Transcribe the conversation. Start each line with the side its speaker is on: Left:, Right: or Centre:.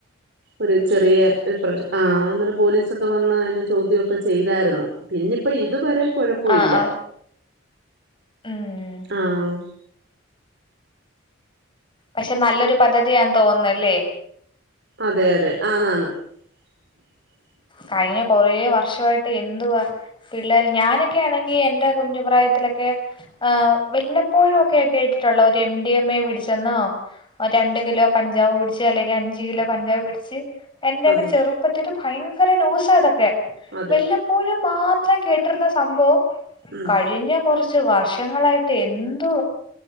Right: ഒരു ചെറിയ പ്ര ആ അങ്ങനെ പോലീസൊക്കെ വന്ന് അതിന്റെ ചോദ്യംക്കെ ചെയ്തായിരുന്നു. പിന്ന ഇപ്പ ഇതുവരെ കുഴപ്പ
Left: ആ
Right: ഇല്ല
Left: ആ ഉം
Right: ആഹ്
Left: പക്ഷെ നല്ലൊരു പദ്ധതി ൻ തോന്നുന്നുല്ലേ.
Right: അതെ അതെ ആന്നാണ്. <inaudible>
Left: കഴിഞ്ഞ കൊറ വർഷയിട്ട് എന്തുവാ. പിള്ളേർ ഞാനൊക്കെ ആണെങ്കി എൻന്റെ കുഞ്ഞുപ്രായത്തിലൊക്കെ. ആ്ന്വല്ലപ്പോഴും ഒക്കെ കേെ കേട്ടിട്ടുള്ള ഒരു എം ഡി എം എ പിടിച്ചെന്നോ. രണ്ട് കിലോ കഞ്ചാവ് പിടടിച്ച് അല്ലെങ്കിൽ അഞ്ച കിലോ കഞ്ചാവ് പിടിച്ച്. എന്റെൊക്കെ
Right: അതെ
Left: ചെറുപ്പത്തില്ൽ ഭയങ്കര ന്യൂസ അതൊക്കെ
Right: അതെ
Left: വല്. എപ്പോഴും മാത്രം കേട്ടിരുന്ന സംഭവം
Right: ഉം
Left: കഴിഞ്ഞ കുറച്ച് വർഷങ്ങളായിട്ട് എന്ത്.